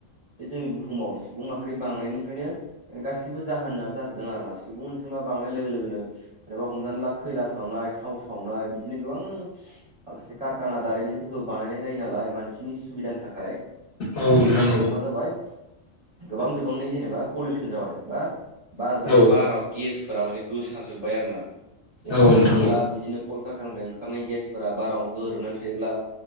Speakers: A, on the right; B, on the left.
A: बे जोंनि बुहुमाव सुबुं माहारि बांनायनिफ्रायनो गासिबो जाहोना जाजोबदों आरोना सुबुं अनजिमा बांनाय लोगो लोगोनो जेनेबा हमनानै ला खैला सावनाय थाव सावनाय बिदिनो गोबां माखासे कारखाना दारिमिनफोरखौ बानायनाय जायो नालाय मानसि बिनि सुबिदानि थाखाय
B: औ नोंथां
A: बेनि थाखायनो मा जाबाय गोबां बिबांनि जेनेबा पलिउसन जाबाय बा बार माने
B: औ
A: बाराव गेसफोरा माने गोसारजोबबाय आरो ना जेनेबा
B: औ नोंथां
A: हमनानै ला बिदिनो। कलकारकानिफ्राय ओंखारनाय गेसफोरा बाराव गोरोबनानै थायोब्ला।